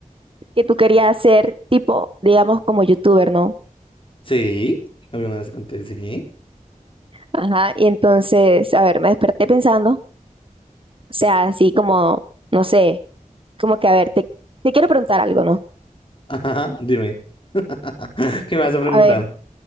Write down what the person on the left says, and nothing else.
Sí, alguna vez conté, sí.
Ajá, dime, <laughs> ¿qué me vas a preguntar?